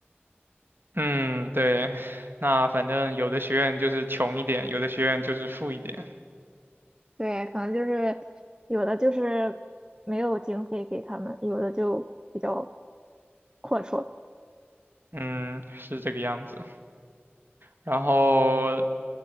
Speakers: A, on the right; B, on the right.
A: 嗯，对，那反正有的学院就是穷一点，有的学院就是富一点，
B: 对，可能就是有的就是没有经费给他们，有的就比较阔绰。
A: 嗯，是这个样子。然后